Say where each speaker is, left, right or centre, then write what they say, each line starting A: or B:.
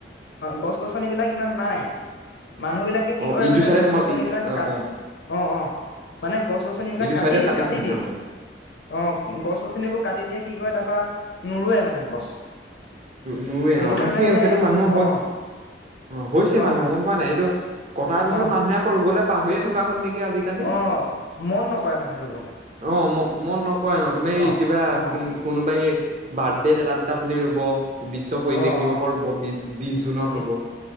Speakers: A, on the left (about 75°); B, on the right (about 40°).
A: গছ গছনিবিলাক ইমান নাই মানুহ বিলাকে কি
B: অ
A: কৰে
B: ইটো
A: মানে
B: চাইডে
A: গছ
B: তোমাৰ
A: গছনিবিলাক
B: অ
A: কাট
B: অ
A: অ অ মানে গছ গছনিবিলাক
B: অ ইটো
A: কাটি
B: চাইডে কাটিছে
A: কাটি
B: মানে
A: দিয়ে
B: অ
A: অ গছ গছনিবোৰ কাটি দিয়ে কি কৰে তাৰ পৰা নোৰুৱে মানে গছ
B: নোৰুৱে
A: সেইটো
B: অ
A: কাৰণে
B: সেই
A: মানে
B: সেইটো মানুহৰ
A: অ',
B: অ হৈছে
A: হয়,
B: মানুহৰ
A: হয়,
B: গম পোৱা নাই এইটো কটাৰ পিছত
A: অ',
B: মানুহে কৰিবলৈ পাহৰিয়েই থকা হ'ল নেকি কি আজিকালি
A: অ'। মন নকৰে মানে ৰুবলৈ
B: অ ম মন নকৰে ন তুমি
A: অ',
B: কিবা
A: অ',
B: কোনোবাই বাৰ্থে ত এটা দুটা পুলি ৰুব বিশ্ব পৰিৱেশ
A: অ',
B: দিৱসৰ
A: অ',
B: উদ্ভৱ বিশ- বিশ জুনত
A: সেই
B: ৰুব।